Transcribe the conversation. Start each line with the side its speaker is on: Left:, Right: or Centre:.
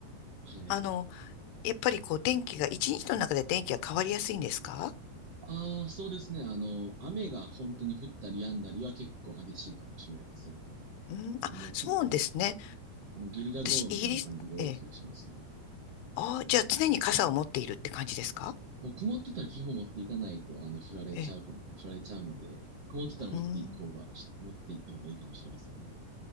Right: はい。
Left: あの、やっぱりこう天気が、一日の中で天気が変わりやすいんですか
Right: ああ、そうですね。あの、雨が本当に降ったり止んだりは結構激しいかもしれませんね。
Left: うん、
Right: あ、
Left: あ、
Right: もうふ、
Left: そうですね。
Right: もうゲリラ豪雨みたいな感じが多い気がしますね。
Left: 私、イギリス、ええ、ああ、じゃあ常に傘を持っているって感じですか
Right: もう曇ってたら基本持っていかないと、あの、降られちゃうかも、
Left: ええ
Right: 降られちゃうので、曇ってたら持っていく方が、
Left: うーん。
Right: し持っていった方がいいかもしれませんね。